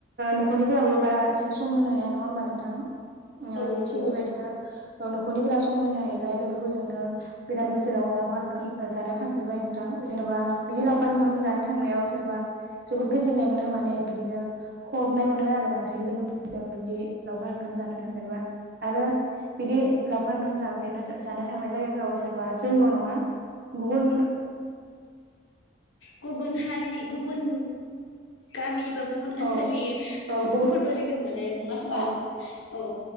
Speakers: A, on the right; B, on the left.
A: न'खरनिफोराबो बारा एसे सम होनो हाया नङा होमबा नोंथां ओ
B: औ नंगौ
A: थिग बे बायदिनो न'खरनिफोरा सम होनो हायैलाय लोगोफोरजोंनो गोदान बोसोराव लावखार ओंखाम जानो थांफेरबाय। जेनेबा बिदि लावखार ओंखाम जानो थांनायाव जेनेबा जोबोद गोजोननाय मोनो। माने बिदिनो खहाबनाय मोनो आरो बांसिन लोगोफोरजों बिदि लावखार ओंखाम जानो थांफेरबा आरो बिदि लावखार ओंखाम जानो जानो थांनाय जायगाफोराव जेनेबा जोंल' नङा गुबुन
B: गुबुन हारिनि गुबुन गामि गुबुन ओनसोलनि
A: औ औ
B: सुबुंफोरबो
A: गुबुन
B: लोगो मोनो नङा होनबा
A: औ
B: औ